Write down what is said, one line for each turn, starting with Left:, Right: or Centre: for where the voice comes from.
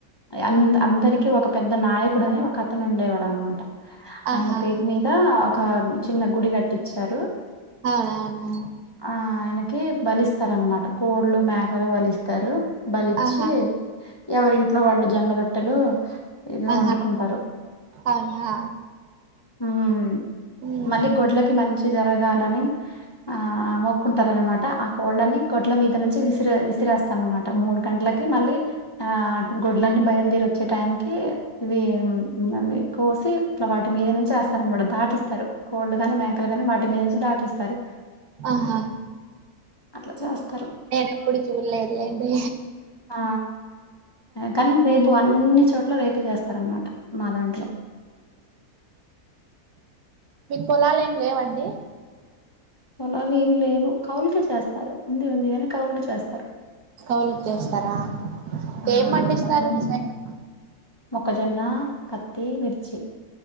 Left: అంద్ అందరికీ ఒక పెద్ద నాయకుడు అని ఒక అతను ఉండేవాడు అనమాట ఆయన
Right: ఆహా
Left: పేరు మీద ఒక చిన్న గుడి కట్టిచ్చారు
Right: అవునా అవునా
Left: ఆ ఆయనకి బలిస్తారన్నమాట కోళ్లు మేకలు బలిస్ తారు బలిచ్చి
Right: ఆహా
Left: ఎవరింట్లో వాళ్ళు జొన్న రొట్టెలు ఇవి
Right: ఆహా
Left: వండుకుంటారు
Right: అవునా
Left: హ్మ్
Right: హ్మ్
Left: మళ్ళీ గొడ్లకి మంచి జరగాలని ఆ మొక్కుంటారనమాట ఆ కోళ్ళని గొడ్ల మీదనుంచి విసిరే వి సిరేస్తాన్నమాట మూడు గంటలకి మళ్ళీ ఆ గోడ్లన్నీ బయలుదేరి వచ్చే టైంకి ఇవి అవి కోసి ఇట్లా వాటి మీద నుంచి ఏస్తారు అనమాట దాటిస్తారు కోళ్లు గానీ మేకలు కానీ వాటి మీద నుంచి దాటి స్తారు
Right: ఆహా
Left: అట్ల చేస్తారు
Right: నేనెప్పుడూ చూడ్లేదులేండి
Left: ఆ కానీ రేపు అన్ని చోట్ల రేపే చేస్తారనమాట మాదాంట్లో
Right: మీ పొలాలు ఏం లేవండి
Left: పొలాలు ఏం లేవు కౌలికి చేస్తారు ఉంది ఉంది కాని కౌలుకి చేస్తారు
Right: కౌలుకి చేస్తారా
Left: ఆ
Right: ఏం పండిస్తారు
Left: కౌలు
Right: మీ సైడు
Left: మొక్కజొన్న పత్తి మిర్చి